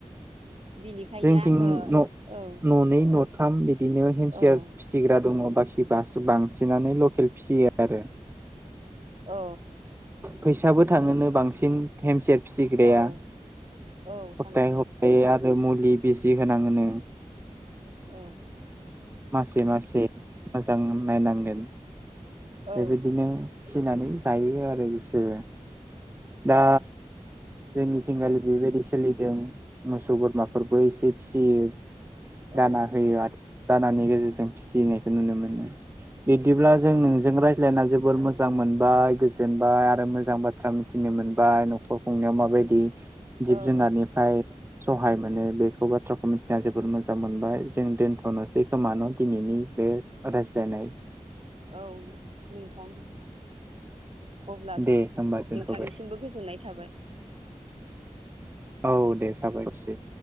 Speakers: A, on the right; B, on the right.
A: बिनिखायनो
B: जोंथिं
A: आङो
B: न
A: औ
B: न'नै न थ बिदिनो हेमसियार
A: औ
B: फिसिग्रा दङ बाखि बास बांसिनानो खेलफियो आरो।
A: अ।
B: फैसाबो थांडोनो बांसिन हेमसेट फिसिग्राया।
A: औ औ औ
B: सप्ताहै
A: थांगोन
B: स‌प्ताहै आरो मुलि बेिजि होनाङोनो।
A: औ
B: मासे मासे। मोजां नायनांगोन
A: औ
B: बेबायदिनो फिनानै जायो आरो। लोगोसे दा जोंनि जिंगलि बेबायदि सोलि। जों मोसौ बोरमाफोरबो एसे फियो
A: औ
B: दाना होयो आ। दानानि गेजेरजों फिसिनायखौ नुनो मोनो बिदिब्ला जों नोंजों रा प्लेना जोबोर मोजां मोनबाय गोज गोजोनबाय आरो मोजां बाथ्रा मिथिनो मोनबाय न'खर खंनायाव माबायदि
A: औ
B: जिब
A: औ
B: जुनारनिफ्राय सहाय मोन माने बेखौ बाथ्राखौ मिथिना जोबोद मोजां मोनबाय जों दोन्थ'नोसै खोमा न दिनैनि बे रायस्लाय नायखौ।
A: औ नोंथां। अब्ला नोंथांनिसिमबो
B: दे होमबा दोनथ'बाय
A: गोजोननाय थाबाय
B: औ दे जाबायसै।